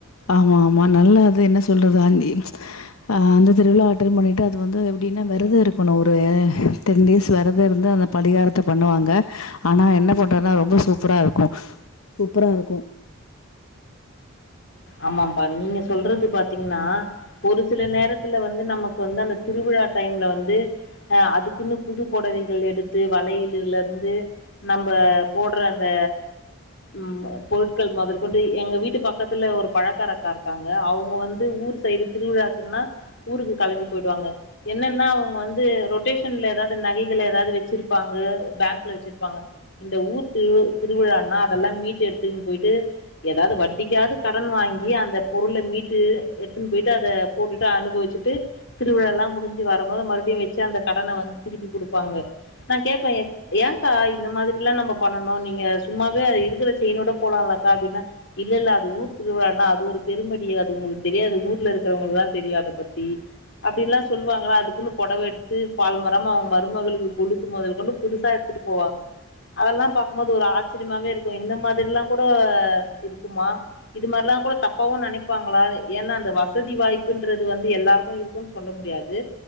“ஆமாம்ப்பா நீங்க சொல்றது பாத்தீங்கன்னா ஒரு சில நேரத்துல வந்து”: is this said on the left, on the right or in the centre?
Left